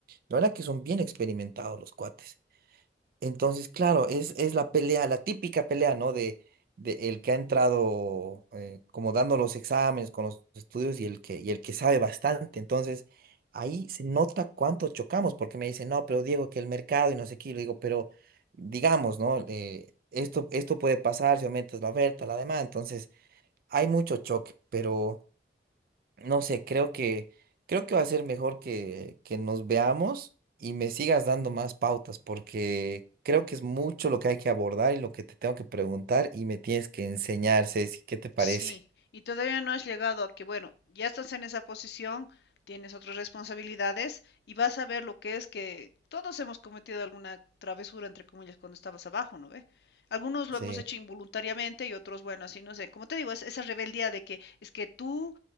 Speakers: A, on the right (about 55°); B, on the left (about 65°).
A: la verdad que son bien experimentados los cuates. Entonces, claro, es, es la pelea, la típica pelea, ¿no? De, de el que ha entrado eh, como dando los exámenes con los estudios y el que, y el que sabe bastante. Entonces, ahí se nota cuánto chocamos, porque me dicen, no, pero Diego, que el mercado y no sé qué, y le digo, pero digamos, ¿no? Eh, esto, esto puede pasar si aumentas la oferta, la demanda. Entonces, hay mucho choque, pero... No sé, creo que, creo que va a ser mejor que, que nos veamos y me sigas dando más pautas, porque creo que es mucho lo que hay que abordar y lo que te tengo que preguntar y me tienes que enseñar, Ceci, ¿qué te parece?
B: Sí, y todavía no has llegado a que, bueno, ya estás en esa posición, tienes otras responsabilidades y vas a ver lo que es que todos hemos cometido alguna travesura, entre comillas, cuando estabas abajo, ¿no ve? Algunos lo
A: Sí.
B: hemos Sí, hecho involuntariamente y otros, bueno, así no sé. Como te digo, es esa rebeldía de que es que tú,